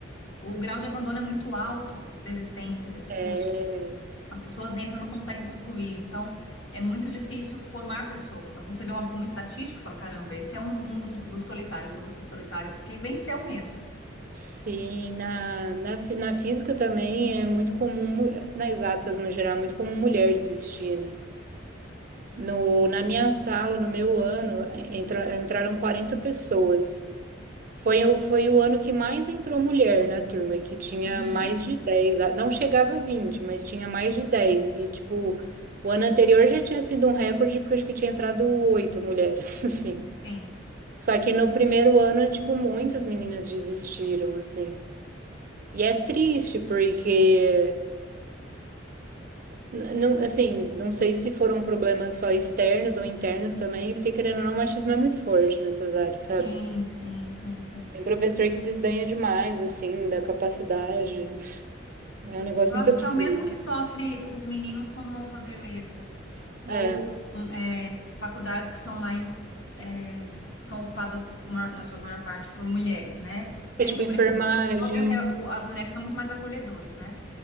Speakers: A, on the left; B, on the right.
A: o grau de abandono é muito alto, de desistência desse
B: É,
A: curso. As pessoas entram e não conseguem concluir. Então, é muito difícil formar pessoas. Então, quando você vê uma- um estatístico, você fala, caramba, esse é um, um dos, dos solitários, do grupo de solitários, que venceu mesmo.
B: sim, na, na, fi- na física também é muito comum, mu- nas exatas no geral, é muito comum mulher desistir, né? No, na minha sala, no meu ano, entra- entraram 40 pessoas. Foi, o- foi o ano que mais entrou mulher na turma, que tinha
A: Uhum.
B: mais de 10 a- não chegava a vinte mas tinha mais de dez
A: Sim,
B: E, tipo, o ano anterior já tinha sido um recorde, porque acho que tinha entrado oito mulheres, <laughs> assim.
A: sim,
B: Só que no primeiro ano, tipo, muitas meninas desistiram, assim. E é triste, porque, n- não, assim, não sei se foram problemas só externos ou internos também, porque, querendo ou não, o machismo é muito forte nessas áreas,
A: sim,
B: sabe?
A: sim, sim, sim.
B: Tem professor que desdenha demais, assim, da capacidade. É um negócio
A: Eu acho
B: muito absurdo.
A: que é o mesmo que sofre os meninos quando vão fazer letras, ou
B: É,
A: hum, é, faculdades que são mais, é, que são ocupadas ma- na sua maior parte por mulheres, né?
B: é
A: Tem
B: tipo
A: o
B: enfermagem,
A: preconceito. Óbvio que é o- as mulheres são muito mais acolhedoras, né?